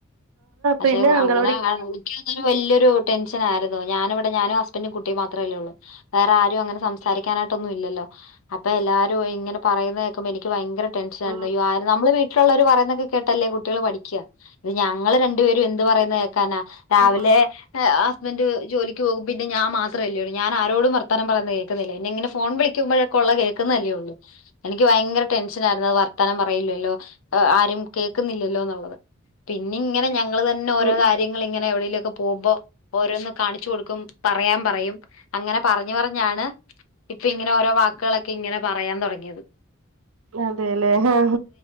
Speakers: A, on the left (about 80°); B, on the right (about 80°).
A: പക്ഷെ
B: പിന്നെ അംഗനവാടിക്ക്
A: അങ്ങനെ ആ വല്ൊരു ടെഷ ആായിരുന്നു ഞാനിവിടെ ഞാനും ഹസ്ബൻറും കുട്ടിയ മാത്രേല്ലേ ഉള്ളൂ വേറെ ആരും അങ്ങനെ സംസാരിക്കാനായിട്ട് ഒന്നും ഇല്ലല്ലോ അപ്പൊ എല്ലാരും ഇങ്ങനെയുന്നതക്കുമ്പോ എനിക്ക് ഭയങ്കര ടെൻഷ
B: ഉം
A: ആരുന്നു നമ്മ വീലുള്ളവർ പറയുന്നൊക്കെ കേട്ടല്ലേ കുട്ട കുട്ടികൾ പഠിക്ക ഇത് ഞങ്ങള് രണ്ടു പേരും എന്ത് പറയുന്ന കേക്കാനാ രാവിലെ.
B: ഉം
A: ഹസ്ബൻഡ് ജോലിക്ക് പോകും പിന്ന ഞാൻ മാത്രമല്ലേൂ ഞൻ ആരോടും വർത്താനം പറന്ന് കേൾക്കുന്നില്ല ഇെ ഇങ്ങന ഫോൺ വിളിക്കുമ്പോഴ- ള്ള കേൾക്കുന്നല്ലേയുള്ളൂ. എനിക്ക് വയങ്കര ടെൻഷൻ ആയിരുന്നു. അത് വർത്താനം പറയില്ലല്ലോ. ആരും കേക്കുന്നി ല്ലോ ന്ന്ള്ളത് പിന്നെ ഇങ്ങെനെ ഞങ്ങൾ തന്നെ ഓരോ
B: ഉം
A: കാര്യങ്ങള് ഇങ്ങനെ എവിടേലോ. പൂമ്പോ ഓരോന്ന് കാണിച്ചു കൊടുക്കും. പറയാൻ പറയും. അങ്ങനെ പറഞ്ഞ് പറഞ്ഞാണ് ഇപ്പോ ഇങ്ങനെ ഓരോ വാക്കുകളൊക്കെ ഇങ്ങനെ പറയാൻ തൊടങ്ങിയത്
B: അതേല്ലേ ആ